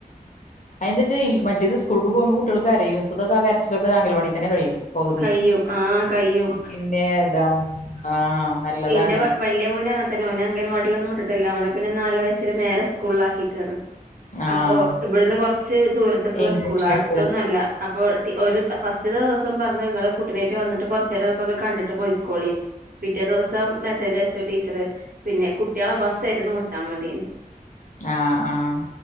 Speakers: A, on the left; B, on the right.
A: അതെ. ന്തന് വച്ച മറ്റേത് സ്കൂൾക്ക് പോകുമ്പോ കുട്ടികൾക്ക് കര. യും ഇപ്പതൊക്കെ ആ കരച്ചിലക്ക് അംഗങ്കവാടി തന്നെ കഴിയും പകുതി
B: കയ്യും ആഹ് കയ്യും
A: പിന്നെതാ ആഹ് നല്ലതാണ്
B: എന്റെ വല്ല്യ മോന് അ അവന അങ്ങൻവാടിിലൊന്നും വിട്ടില്ല അവനെ പിന്നെ നാല വയസ്സിൽ നേരെ സ്കൂളിലാക്കിക്കാണ്
A: ആഹ്
B: അപ്പൊ ഇവിടുന്ന് കൊറച്ച് ദൂരത്തക്കുള്ള
A: ഇംഗ്ലീഷ്
B: സ്കൂള
A: മീഡിയത്തില്
B: അടുത്തൊന്നും അല്ല അപ്പൊ ഒരു ഫസ്റ്റ് ദിവസം പറഞ്ഞ് നിങ്ങള് കുട്ടികളുമായി വന്നിട്ട് കുറച്ച് നേരം ഒക്ക കണ്ടിട്ട് പോയ്ക്കോളി പിറ്റേ ദിവസം മെസ്സേജ് അയച്ചു ടീച്ചറ് പിന്നെ കുട്ടികളെ ബസ് ആായിട്ടു വിട്ടാ മതി
A: ആഹ ആഹ